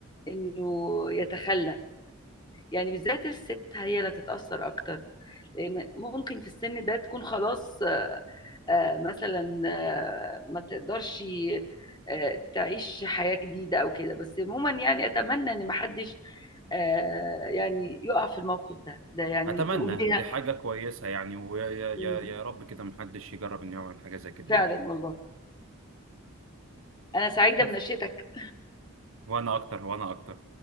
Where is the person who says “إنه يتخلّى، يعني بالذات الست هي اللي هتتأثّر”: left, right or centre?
Left